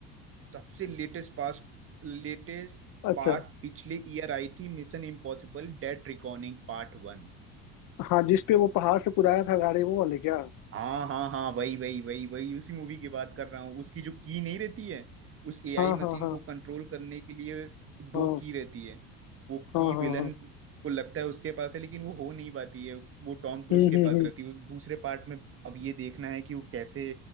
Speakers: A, on the right (about 30°); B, on the left (about 50°).
A: सबसे लेटेस्ट पास लेटेस्ट
B: अच्छा
A: पार्ट पिछले ईयर आई थी mission impossible dead recording part one
B: हाँ जिस पे वो पहाड़ से कुदाया था गाड़ी वो वाले क्या
A: हाँ हाँ हाँ वही वही वही वही उसी मूवी की बात कर रहा हूँ उसकी जो की नहीं रहती है उस एआई
B: हाँ
A: मशीन
B: हाँ हाँ
A: को कंट्रोल करने के लिए दो
B: हाँ
A: की रहती है वो
B: हाँ
A: की
B: हाँ
A: विलन
B: हाँ
A: को लगता है उसके पास है लेकिन वो हो नहीं पाती है वो टॉम क्रूज
B: हम्म
A: के
B: हम्म
A: पास
B: हम्म
A: रहती है वो दूसरे पार्ट में अब ये देखना है कि वो कैसे